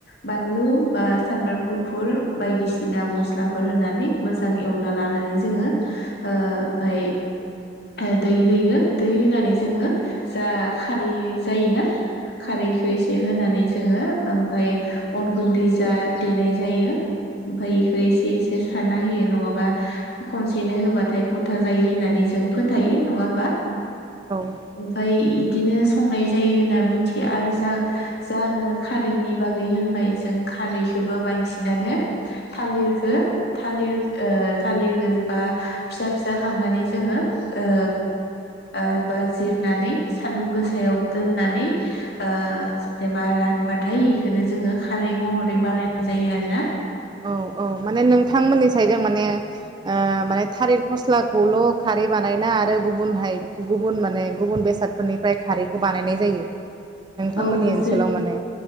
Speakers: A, on the left (about 60°); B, on the right (about 25°).
A: बानलु बा सामब्राम गुफुर बायदिसिना मस्लाफोर होनानै मोजां एवना लानानै जोङो ओ ओमफाय ओ दै होयो। दै होनानै जोङो जा खारै जायोना खारैखौ एसे होनानै जोङो ओमफाय अन गुन्दै जा देनाय जायो ओमफाय इखो एसे एसे सारना होयो नङाबा खनसेनो होबाथाय गथा जायो होननानै जों फोथायो नङा होमबा?
B: औ
A: ओमफ्राय इ दिनो संनाय जायो होनना मिथिया आरो जा जा आङो खारैनि बागै होनबाय जों खारैखोबो बांसिनानो थालिरखो थालिर ओ थालिरखो बा फिसा फिसा खामनानै जोङो ओ ओ बा जिरनानै सानदुं गोसायाव दोननानै ओ जेनेबा रानबाथाय इखो जोङो खारै महरै बानायनाय जायो आरो ना।
B: औ औ माने नों थांमोननि साइदजों माने <unintelligible> ओ माने थालिर फस्लाखौल' खारै बानायना आरो गुबुनहाय गुबुन माने गुबुन बेसादफोरनिफ्राय खारैखौ बानायनाय जायो। नोंथांमोननि
A: औ
B: ओनसोलाव
A: जों
B: माने